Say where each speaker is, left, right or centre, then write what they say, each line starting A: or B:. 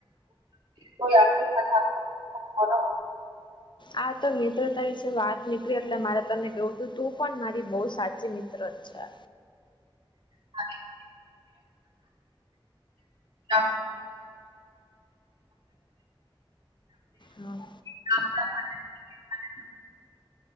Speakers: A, on the right (about 75°); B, on the left (about 55°).
A: કોય આપણી સાથે આપણો મો
B: આ તો મિત્રતા વિશે વાત નીકળી એટલે મારે તને કેવું હતું તું પણ મારી બહુ સાચી મિત્ર જ છે.
A: હ. આપણો
B: હા.
A: હમ.